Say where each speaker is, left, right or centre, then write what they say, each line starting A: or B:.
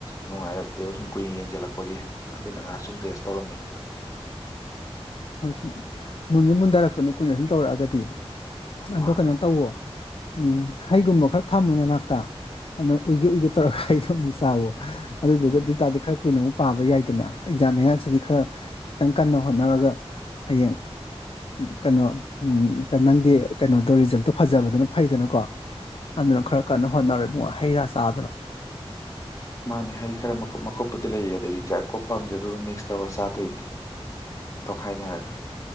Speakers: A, on the left; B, on the left.
A: ꯅꯨꯡꯉꯥꯏꯔꯛꯇꯦꯕ ꯁꯨꯝ ꯀꯨꯏꯅ ꯌꯦꯡꯁꯤꯜꯂꯛꯄꯒꯤ ꯑꯗꯨꯅ ꯉꯥꯏꯍꯥꯛ ꯁꯨꯝ ꯔꯦꯁ ꯇꯧꯔꯝꯃꯤ
B: ꯑꯣꯣꯏ ꯁ ꯃꯨꯟꯁꯨꯦ ꯃꯨꯟꯊꯔꯛꯄꯅꯤ ꯀꯨꯏꯅ ꯁꯨꯝ ꯇꯧꯔꯛꯑꯒꯗꯤ ꯑꯣ
A: ꯃꯥꯅꯦ
B: ꯀꯩꯅꯣ ꯇꯧꯋꯣ ꯎꯝ ꯍꯩꯒꯨꯝꯕ ꯈꯔ ꯊꯝꯃꯨ ꯅꯅꯥꯛꯇ ꯑꯗꯨꯅ ꯎꯏꯒꯦ ꯎꯏꯒꯦ ꯇꯧꯔꯒ ꯑꯩꯗꯣ ꯑꯃꯨꯛ ꯆꯥꯕ ꯑꯗꯨꯗꯨꯒ
A: ꯎꯝ
B: ꯑꯗꯨ ꯇꯥꯗꯤ ꯈꯔ ꯀꯨꯏꯅꯧ ꯄꯥꯕ ꯌꯥꯏꯗꯅ ꯑꯦꯛꯖꯥꯝ ꯃꯌꯥꯁꯤꯗꯤ ꯈꯔ ꯈꯤꯇꯪ ꯀꯟꯅ ꯍꯣꯠꯅꯔꯒ ꯍꯌꯦꯡ ꯀꯩꯅꯣ ꯅꯪꯒꯤ ꯀꯩꯅꯣꯗꯣ ꯔꯤꯖꯜꯇꯣ ꯐꯖꯕꯗꯨꯅ ꯐꯩꯗꯅꯀꯣ
A: ꯎꯝ
B: ꯑꯗꯨꯅ ꯈꯔ ꯀꯟꯅ ꯍꯣꯠꯅꯔꯣꯏ ꯍꯩ ꯔꯥ ꯆꯥꯗꯅ
A: ꯃꯥꯅꯦ ꯍꯩ ꯈꯔ ꯃꯈꯀꯨꯞ ꯃꯈꯀꯨꯞꯄꯗꯤ ꯂꯩ ꯑꯗꯒꯤ ꯀꯌꯥ ꯀꯨꯞꯞꯄꯝꯖ ꯑꯗꯨꯒ ꯃꯤꯛꯁ ꯇꯧꯔ ꯆꯥꯗꯣꯏꯅꯦ ꯇꯧꯈꯥꯏꯅꯔꯒ